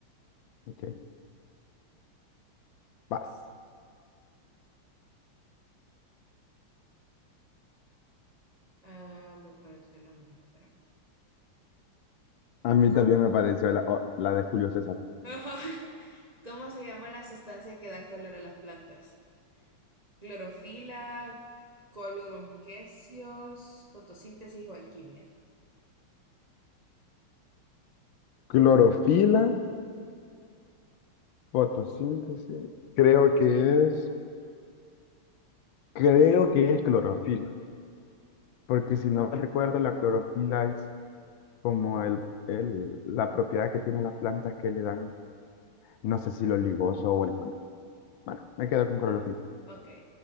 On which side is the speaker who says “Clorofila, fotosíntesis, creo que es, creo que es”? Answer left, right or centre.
Left